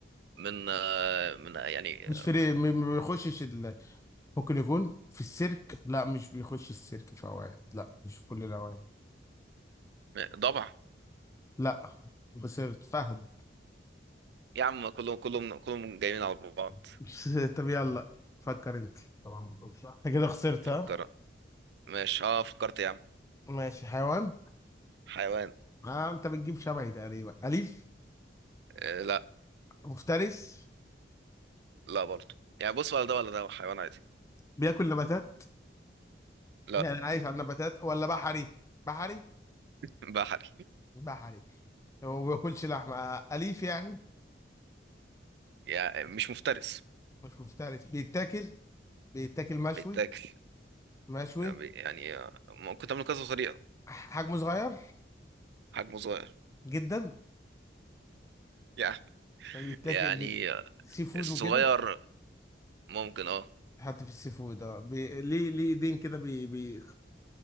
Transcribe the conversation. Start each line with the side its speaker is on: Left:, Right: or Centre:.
Right: من آه، من آه، يعني
Left: مش في م- ما بيخشش ال... ممكن يكون في السيرك لا مش بيخش السيرك في اوقات لا مش في كل الاوقات
Right: من- ضبع
Left: لا خسرت فهد
Right: يا عم كلهم كلهم كلهم جايين على بعض
Left: <laughs> طب يلا فكر انت طبعا ما بتكونش صح انت كده خسرت
Right: فكر
Left: ها
Right: ماشي اه فكرت يا عم
Left: ماشي حيوان
Right: حيوان
Left: آه انت بتجيب شبهي تقريبا اليف
Right: آه، لا
Left: مفترس
Right: لا برضه يعني بص ولا ده ولا ده حيوان عادي
Left: بياكل نباتات
Right: لا
Left: يعني عايش على النباتات ولا بحري بحري
Right: بحري
Left: باح عليك هو ما بياكلش لحمه اليف يعني
Right: يعني مش مفترس
Left: مش مفترس بيتاكل بيتاكل مشوي
Right: بيتاكل
Left: مشوي
Right: يعني بي- يعني، آه، ممكن تعمله كذا طريقة
Left: حجمه صغير
Right: حجمه صغير
Left: جدا
Right: يعني
Left: بيتاكل
Right: يعني
Left: بي...
Right: آه،
Left: سي فود
Right: الصغير
Left: وكده
Right: ممكن اه
Left: حتى في السي فود اه بي... ليه ليه ايدين كده بي... بي...